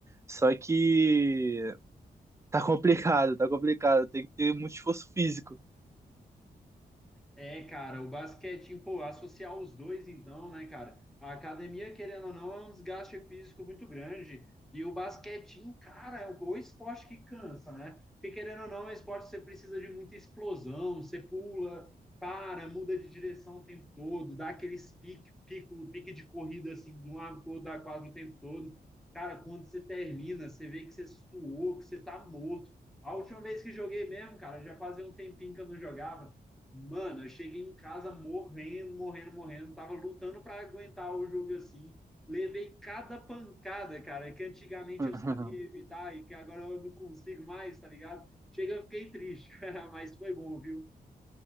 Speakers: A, on the right; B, in the centre.
A: Só que. Tá complicado, tá complicado. Tem que ter muito esforço físico.
B: É, cara, o basquetinho, pô, associar os dois então, né, cara? A academia, querendo ou não, é um desgaste físico muito grande. E o basquetinho, cara, é o esporte que cansa, né? Porque querendo ou não, é um esporte que você precisa de muita explosão, você pula, para, muda de direção o tempo todo, dá aqueles pique, pico, pique de corrida assim, de um lado pro outro da quadra o tempo todo. Cara, quando você termina, você vê que você suou, que você tá morto. A última vez que joguei mesmo, cara, já fazia um tempinho que eu não jogava. Mano, eu cheguei em casa morrendo, morrendo, morrendo. Tava lutando para aguentar o jogo assim. Levei cada pancada, cara, que antigamente
A: <laughs>
B: eu sabia evitar e que agora eu não consigo mais, tá ligado? Chega, eu fiquei triste, <laughs> mas foi bom, viu?